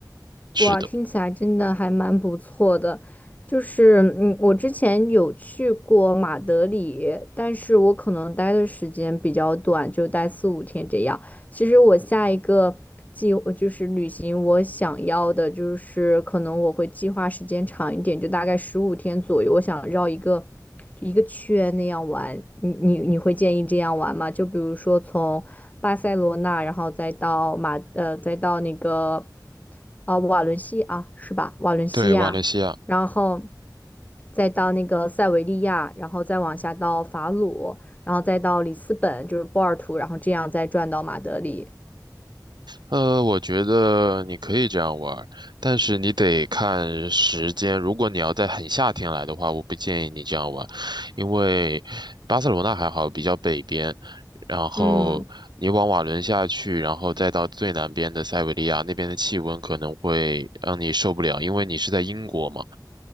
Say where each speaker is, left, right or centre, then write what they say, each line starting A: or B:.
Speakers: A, on the right; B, on the left.
A: 吃的。
B: 哇，听起来真的还蛮不错的。就是，嗯，我之前有去过马德里，但是我可能待的时间比较短，就待四五天这样。其实我下一个计呃就是旅行，我想要的就是可能我会计划时间长一点，就大概十五天左右。我想绕一个就一个圈那样玩。你你你会建议这样玩吗？就比如说从巴塞罗那，然后再到马呃，再到那个呃瓦伦西啊，是吧？瓦伦西亚，
A: 对，瓦伦西亚。
B: 然后再到那个塞维利亚，然后再往下到法鲁，然后再到里斯本，就是波尔图，然后这样再转到马德里。
A: 呃，我觉得你可以这样玩儿，但是你得看时间。如果你要在很夏天来的话，我不建议你这样玩，因为巴塞罗那还好，比较北边，然后你往瓦伦下去，
B: 嗯，
A: 然后再到最南边的塞维利亚，那边的气温可能会让你受不了，因为你是在英国嘛。